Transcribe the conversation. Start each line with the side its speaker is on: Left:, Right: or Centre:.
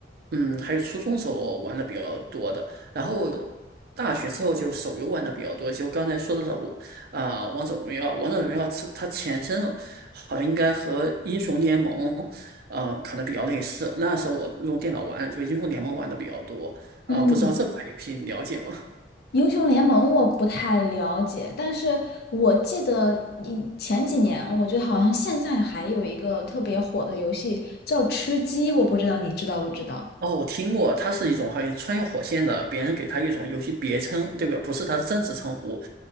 Right: 嗯，还有初中时候我玩的比较多的，然后大学之后就手游玩的比较多，就刚才说的我啊，王者荣耀，王者荣耀是它前身好像应该和英雄联盟，嗯，可能比较类似。那时候我用电脑玩这个英雄联盟玩的比较多啊，
Left: 嗯，
Right: 不知道这款游戏你了解吗？
Left: 英雄联盟我不太了解，但是我记得你前几年，我觉得好像现在还有一个特别火的游戏叫吃鸡，我不知道你知道不知道。
Right: 哦，我听过，它是一种好像穿越火线的，别人给它一种游戏别称，对不对？不是它的正式称呼，